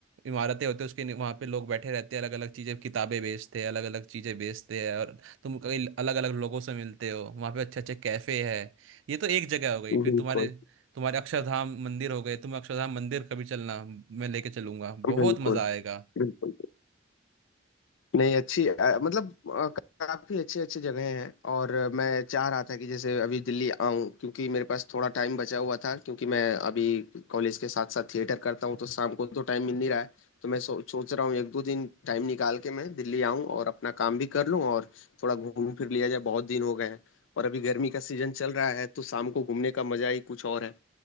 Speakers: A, on the right; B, on the left.
A: इमारतें होती है उसके वहां पे लोग बैठे रहते हैं अलग अलग चीजें किताबें बेचते हैं अलग अलग चीजें बेचते हैं और तुम कई अलग अलग लोगों से मिलते हो वहां पे अच्छे अच्छे कैफे है ये तो एक जगह हो गई
B: बिल्कुल
A: फिर तुम्हारे तुम्हारे अक्षरधाम मंदिर हो गए तुम अक्षरधाम मंदिर कभी चलना मैं लेके चलूंगा बहुत
B: बिल्कुल
A: मजा आएगा
B: बिल्कुल नहीं अच्छी अ, मतलब अ, काफी अच्छी अच्छी जगह हैं और अ, मैं चाह रहा था कि जैसे अभी दिल्ली आऊं क्योंकि मेरे पास थोड़ा टाइम बचा हुआ था क्योंकि मैं अभी कॉलेज के साथ साथ थिएटर करता हूं तो शाम को तो टाइम मिल नहीं रहा है तो मैं सो, सोच रहा हूँ एक दो दिन टाइम निकाल के मैं दिल्ली आऊं और अपना काम भी कर लूं और थोड़ा घूम फिर लिया जाए बहुत दिन हो गए हैं और अभी गर्मी का सीजन चल रहा है तो शाम को घूमने का मजा ही कुछ और है